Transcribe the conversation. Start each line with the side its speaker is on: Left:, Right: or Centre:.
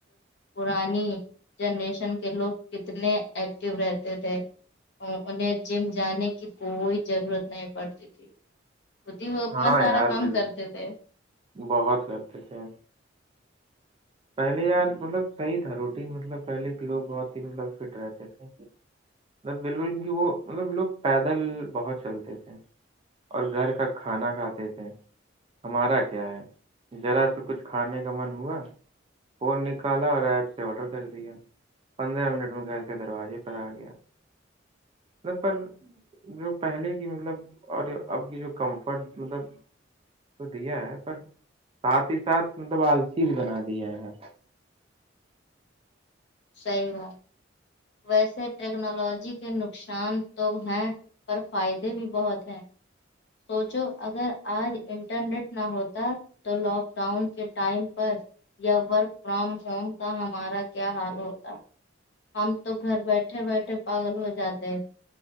Left: پرانی جنریشن کے لوگ کتنے ایکٹو رہتے تھے انہیں جم جان کی کوئی ضرورت نہیں پڑتی تھی خود ہی وہ اپنا
Right: ہاں
Left: سارا
Right: یار
Left: کام
Right: بل
Left: کرتے تھے
Right: بہت کرتے تھے پہلے یار مطلب سہی تھا روٹین مطلب پہلے کے لوگ بہت ہی مطلب فٹ رہتے تھے بالکل کیونکہ وہ مطلب لوگ پیدل بہت چلتے تھے اور گھر کا کھانا کھاتے تھے ہمارا کیا ہے ذرا سا کچھ کھانے کا من ہوا فون نکالا اور ایپ سے آڈر کر دیا پندرہ منٹ میں گھر کے دروازے پر آ گیا مت پر جو پہلے کی مطلب اور اب کی جو کمفرٹ مطلب تو دیا ہے پر ساتھ ہی ساتھ مطلب آلسیی بھی بنا دیا ہے
Left: صحی بات ویسے ٹیکنالوجی کے نقصان تو ہے پر فائدے بھی بہت ہیں سوچو اگر آج انٹرنیٹ نہ ہوتا تو لاک ڈاؤن کے ٹائم پر یا ورک فرام ہوم کا ہمارا کیا حال ہوتا ہم تو گھر بیٹھے بیٹھے پاگل ہو جاتے ہیں